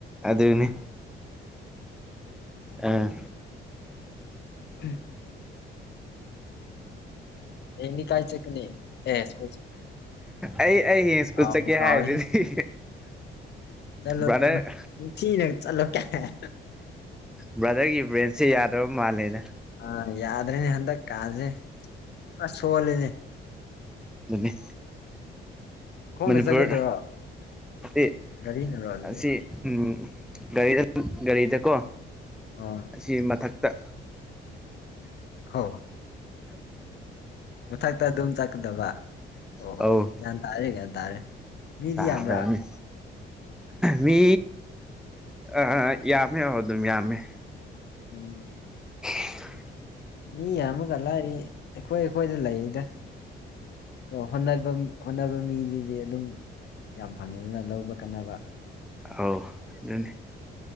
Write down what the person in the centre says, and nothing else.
ꯑꯗꯨꯅꯤ ꯑꯥ
ꯑꯩ ꯑꯩ ꯍꯌꯦꯡ ꯁꯀ꯭ꯨꯜ
ꯆꯠꯀꯦ
ꯍꯥꯏꯔꯤꯗꯨꯗꯤ꯫
ꯕꯔ꯭ꯗꯔ
ꯕ꯭ꯔꯥꯗꯔꯒꯤ ꯕ꯭ꯔꯦꯟꯁꯦ ꯌꯥꯗꯕ ꯃꯥꯜꯂꯦꯗ
ꯗꯨꯅꯦ꯫
ꯃꯅꯤꯄꯨꯔ
ꯍꯥꯏꯗꯤ
ꯑꯁꯤ꯫ ꯎꯝ ꯒꯔꯤꯗ ꯒꯥꯔꯤꯗꯀꯣ꯫
ꯑꯁꯤ ꯃꯊꯛꯇ
ꯑꯧ
ꯇꯥꯗꯕꯅꯤ꯫
ꯃꯤ ꯑꯥ ꯌꯥꯝꯃꯦ ꯑꯣ ꯑꯗꯨꯝ ꯌꯥꯝꯃꯦ꯫
<inaudible>
ꯑꯧ ꯑꯗꯨꯅꯤ